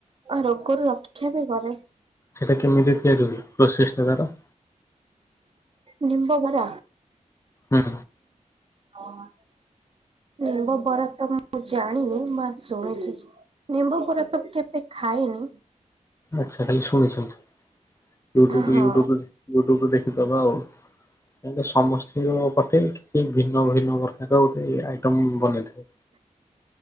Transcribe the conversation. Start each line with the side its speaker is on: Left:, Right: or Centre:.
Right: ଆଉ ରୋଗରୁ ରକ୍ଷା ବି କରେ।
Left: ସେଇଟା କେମିତି ତିଆରି ହୁଏ ପ୍ରୋସେସ ଟା ତାର?
Right: ନିମ୍ୱ ବରା।
Left: ହୁଁ।
Right: ହୁଁ। ନିମ୍ବ ବରା ତ ମୁଁ ଜାଣିନି ମୁଁ ଶୁଣିଛି। ନିମ୍ବ ବରା ତ କେବେ ଖାଇନି।
Left: ଆଛା ଖାଲି ଶୁଣିଛନ୍ତି। ୟୁଟୁବୁ
Right: ହଁ।
Left: ୟୁଟୁବୁ ୟୁଟ୍ୟୁବୁ ରୁ ଦେଖିଦବା ଆଉ। ତାଲେ ସମସ୍ତଙ୍କ ପଟେ କିଛି ଭିନ୍ନ ଭିନ୍ନ ପ୍ରକାର ଗୋଟେ ଆଇଟମ ବନେଇଥିବ।